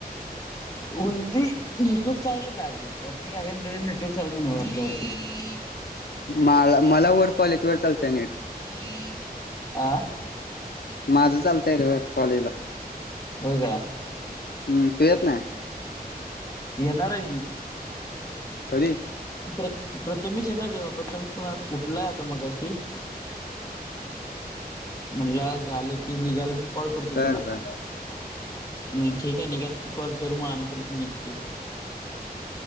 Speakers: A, on the left; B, on the left.
A: वरती नेटवर्क चालल का आधी वरती काय रेंज नेटवर्क चालत नाही आपल्या वरती हम् <unintelligible>
B: माला मला वर कॉलेज वर चालतय नेट
A: की <unintelligible> आ
B: माझ चालतय रे बर कॉलेज
A: हो काय
B: हम्म तू येत नाय
A: येणार ये की
B: कधी
A: प्रत प्रथमेश येणार प्रथमेश पण उठलाय आता मगाशी म्हणल झाल की निघाल की कॉल करतो
B: बर
A: तुला
B: बर
A: मग ठीक आहे निघालस की कॉल कर मग आम्ही पण इथून निघतो